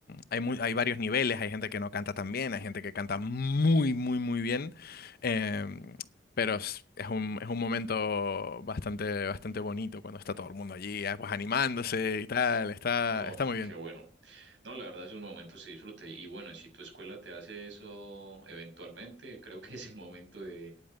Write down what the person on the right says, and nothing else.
Oh,
qué bueno. No, la verdad, esos momentos se disfruta. Y bueno, si tu escuela te hace eso eventualmente, creo que es el momento de